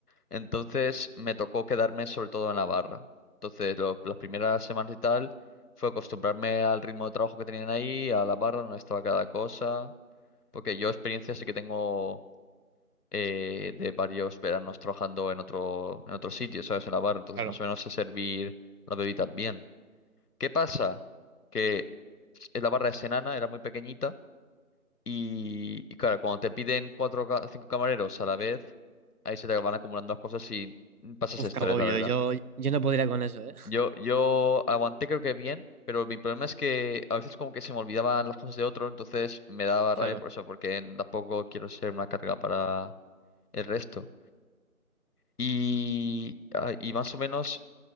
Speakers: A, on the left; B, on the right.
A: Entonces me tocó quedarme sobre todo en la barra. Entonces lo- las primeras semanas y tal fue acostumbrarme al ritmo de trabajo que tenían ahí, a la barra donde estaba cada cosa, porque yo experiencia sí que tengo eh, de varios veranos trabajando en otro en otro sitio, ¿sabes? En la barra, entonces
B: claro
A: más o menos sé servir las bebidas bien. ¿Qué pasa? Que es- la barra es enana, era muy pequeñita y, y claro, cuando te piden cuatro o cinco camareros a la vez, ahí se te van acumulando las cosas y pasas
B: Uf,
A: estrés,
B: qué agobio.
A: la verdad.
B: Yo, yo no podría con eso, ¿eh?
A: Yo, yo aguanté creo que bien, pero mi problema es que a veces como que se me olvidaban las cosas de otro, entonces me daba
B: Claro.
A: rabia por eso, porque tampoco quiero ser una carga para el resto. Y, ah, y más o menos